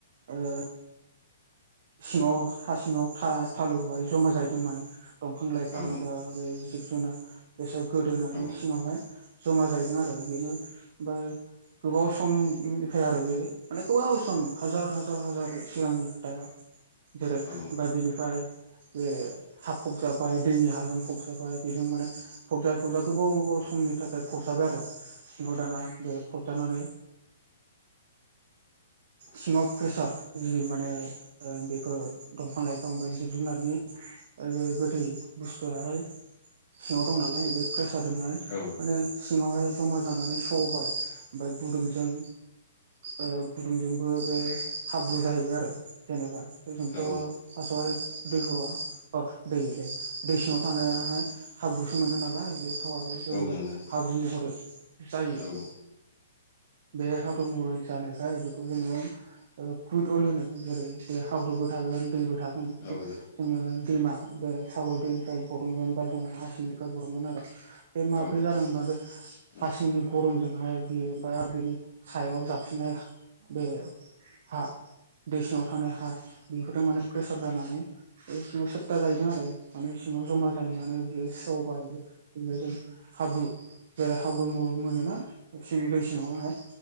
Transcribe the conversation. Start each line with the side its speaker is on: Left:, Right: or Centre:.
Right: ओ सिंङाव हा सिंङाव था थालो आव जमा जायो जों माने दंफां लाइफां
Left: औ
Right: बा बै जिब जुनार बेसोर गोदोनानै
Left: औ
Right: सिंङावहाय जमा जाहैदों आरो बेनो ओमफ्राय गोबाव सम निफ्राय आरो बे माने गोबाव सम हाजार हाजार हाजार सिगांनि फ्रा जेरै
Left: औ
Right: ओमफाय बिनिफ्राय बे हा फबजाबाय दैनि हाजों फबजाबाय बेजों माने फबजायै फबजायै गोबाव समनि थाखाय फबजाबाय आरो। सिंङाव दाना बे फबजानानै सिंङाव प्रेसार जि माने ओ बेफोर दंफां लाइफां बा जिब जुनारनि ओ जे गोदै बुस्थुवाहाय सिंङाव दं नालाय बे प्रेसारजोंहाय
Left: औ
Right: माने सिंङावहाय जमा जानानै सबाय ओमफाय गुदुंजों ओ गुदुंजोंबो बे हाब्रु जाहैबाय आरो जेनेबा जोंथ
Left: औ
Right: फार्स्टआवहाय दैहआ अ दैलै दै सिंङाव थानायाहाय हाब्रुसो मोनो नालाय बि थावाबो जेनेबा
Left: नंगौ
Right: हाब्रु महरै जायो
Left: औ
Right: बे हाब्रु महरै जानायखाय बेखौ जोंङो ओ कुदुल होनो जेरै बे हाब्रुबो थागोन दैबो थागोन
Left: औ औ
Right: जोङो दैमा बे सागर दैनिफ्राय बरनगोन बा जोङो हा सिंनिफ्राय बरनगोन आरो। बे
Left: औ
Right: माब्रै जादों <unintelligible>
Left: औ
Right: हासिंनि गरमजोंहाय बेयो ओम आरो बेनि सायाव जाबसिननाय बे हा दै सिङाव थानाय हा बेफोरजों माने प्रेसार जानानै बे सिङाव सेब्था जाहैदों आरो माने सिङाव जमा जाहैनानै बियो सेवबाय बि जों हाब्रु जेरै हाब्रु मलु मोनोना दै सिङावहाय